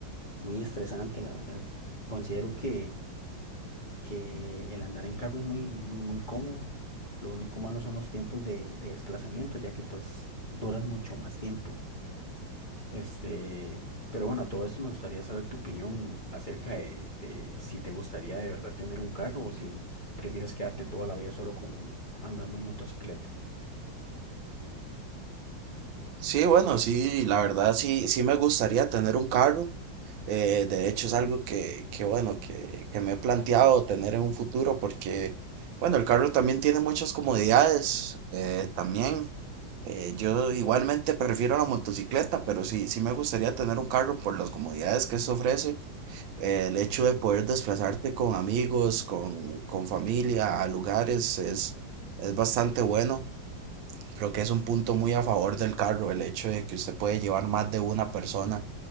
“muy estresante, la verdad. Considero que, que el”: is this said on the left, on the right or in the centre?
Left